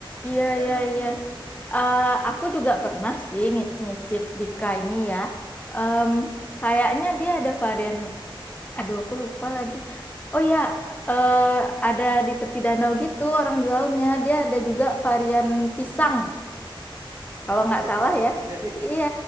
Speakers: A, on the left; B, on the right.
A: iya
B: tapi
A: iya
B: enak
A: iya.
B: semua
A: Eh, aku juga pernah sih ngi- nyicip Bika ini ya. Em, kayaknya dia ada varian Aduh, aku lupa lagi. Oh ya, eh, ada di tepi danau gitu orang jualnya. Dia ada juga varian pisang, kalau
B: ah,
A: nggak
B: baru
A: salah
B: tahu
A: ya.
B: aku jadi
A: Iya,